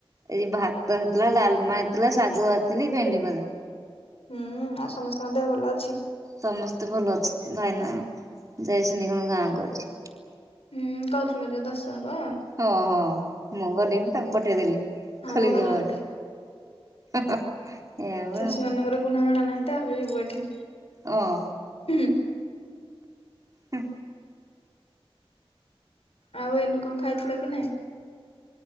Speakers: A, on the right; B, on the left.
A: ଏଇ ଭାତ ହେଇଥିଲା ଡାଲମା ହେଇଥିଲା ଶାଗ ଆଥିଲି ଭେଣ୍ଡି ଭଜା।
B: ହୁଁ ଆଉ ସମସ୍ତଙ୍କ ଦେହ ଭଲ ଅଛି?
A: ସମସ୍ତେ ଭଲ ଅଛନ୍ତି। ଭାଇନା ଯାଇଛନ୍ତି କଣ ଗାଁକୁ ଅଜି।
B: ହୁଁ କହୁଥିଲ ଯେ ଦଶ ହେବ।
A: ହଁ ହଁ ମୁଁ ଗଲିିନି। ତାଙ୍କୁ ପଠେଇଦେଲି
B: ହଁ
A: ଖୋଲି
B: ମ ଭଲ
A: ଜ ହାରି।
B: ହେଟେ
A: ଏଇଆ ପରା।
B: ଶାଶୁ ମାନଙ୍କର ଗୁଣ ଜଣା ନାହିଁ ଆହୁରି ଯିବୁ ଏଠି।
A: ହଁ।
B: ହୁଁ।
A: ହୁଁ।
B: ଆଉ ଏଇନୁ କଣ ଖାଇଥିଲ କି ନାଇଁ।